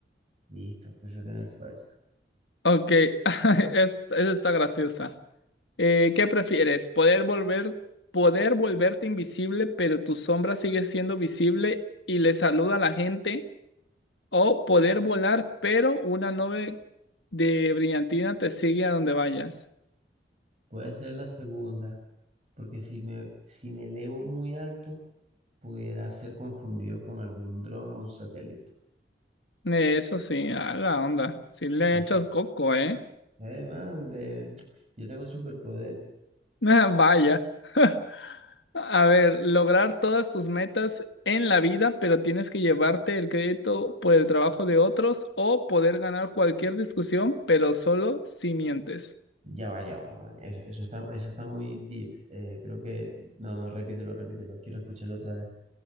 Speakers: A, on the right; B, on the left.
A: listo. Prefiero tener fuerza.
B: Ok, <laughs> es, esa está graciosa. Eh, ¿qué prefieres? ¿Poder volver, poder volverte invisible, pero tu sombra sigue siendo visible y le saluda a la gente? ¿O poder volar, pero una nube de brillantina te sigue a donde vayas?
A: Puede ser la segunda. porque si me, si me elevo muy alto, pudiera ser confundido con algún dron o satélite.
B: Eh, eso sí, a la onda. Si le
A: Sí,
B: echas
A: sí.
B: coco, ¿eh?
A: Eh, man, de- yo tengo superpoderes.
B: <laughs> Ah, Vaya. <laughs> A ver, lograr todas tus metas en la vida, pero tienes que llevarte el crédito por el trabajo de otros o poder ganar cualquier discusión, pero solo si mientes.
A: Ya va, ya va, man. Eso, eso está, eso está muy deep. Eh, creo que... No, no, repítelo, repítelo. Quiero escucharlo otra vez.